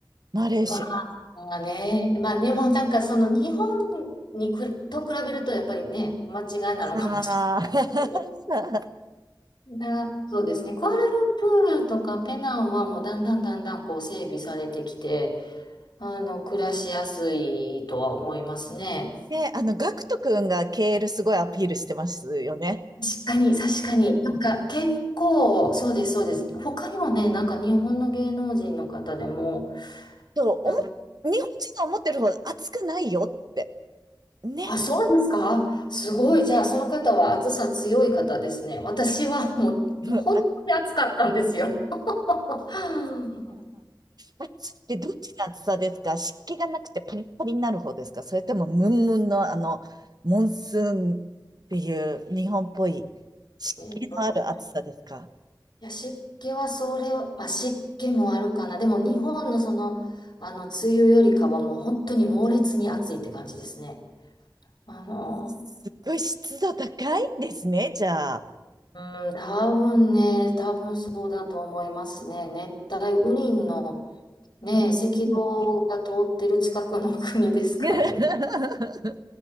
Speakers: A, on the right; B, on the left.
A: マレーシア。
B: まあね、まあでもなんかその日本にくと比べるとやっぱりね、間違いなのかもし
A: ああ。
B: れない
A: <laughs>
B: けど。な、そうですね。クアラルンプールとかペナンはもうだんだんだんだんこう整備されてきて、あの、暮らしやすいとは思いますね。
A: で、あの、ガクト君が KL すごいアピールしてますよね。
B: 確かに、確かに。なんか結構、そうです、そうです。他にもね、なんか日本の芸能人の方でも、
A: そう、
B: なん
A: おも、日本人が思ってるほど熱くないよって。ね。
B: あ、そうですかすごい。じゃあ、その方は暑さ強い方ですね。私はもう、
A: <laughs>
B: もう本当に暑かったんですよ。
A: うんあ
B: はあ
A: 熱ってどっちの熱さですか湿気がなくてパリッパリになる方ですかそれともムンムンのあの、モンスーンっていう日本っぽい湿気のある暑さですか
B: えっとね、いや、湿気はそれを、あ、湿気もあるかな。でも日本のその、あの、梅雨よりかはもう本当に猛烈に暑いって感じですね。あの、
A: すっごい湿度高いんですね、じゃあ。
B: うん、多分ね、多分そうだと思いますね。熱帯雨林のね、
A: うんうん
B: 赤道が通ってる近くの国ですからね。
A: <laughs>